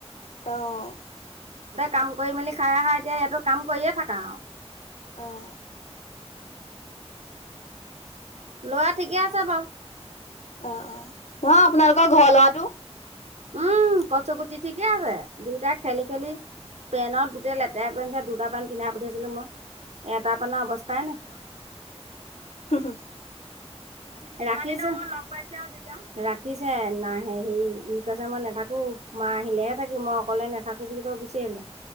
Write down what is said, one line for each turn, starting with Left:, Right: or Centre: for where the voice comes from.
Left: অ'
Right: কাম কৰি মেলি খাই আহা এতিয়া ইয়াটো কাম কৰিয়ে থাক আৰু।
Left: আহ।
Right: লৰা ঠিকে আছে বাৰু
Left: অ অ নহ আপোনালোকৰ ঘৰ লৰাটো
Right: উম কচ কুটি ঠিকে আছে দুইটাই খেলি খেলি পেনত গোটেই লেতেৰা কৰিছে দুটা পেনট পিন্ধাই পঠিয়াইছিলো মই এটা পেনৰ অৱস্থাই ন
Left: হ হু
Right: ৰাখিছো লগ পাইছে আ দুইটা ৰাখিছে নাহে সে ই কৈছে মই নাথাকো মা আহিলেহে থাকি মই অকলে নাথাকো বুলি কৈ অভিচোলে